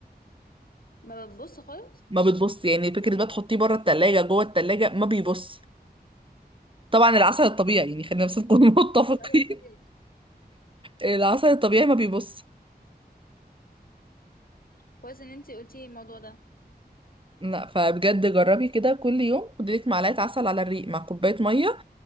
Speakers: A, on the left (about 60°); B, on the right (about 30°).
A: ما بتبص خالص
B: ما بتبص يعني فكرة بقى تحطيه بره التلاجة جوه التلاجة ما بيبص طبعا العسل الطبيعي
A: ما كنت-
B: يعني خلينا بس نكون <laughs> متفقين
A: ايوه ايوه طبيعي
B: العسل الطبيعي ما بيبص
A: كويس ان انتي قلتي الموضوع ده
B: لا فبجد جربي كده كل يوم خدي لك معلقه عسل على الريق مع كوبايه ميه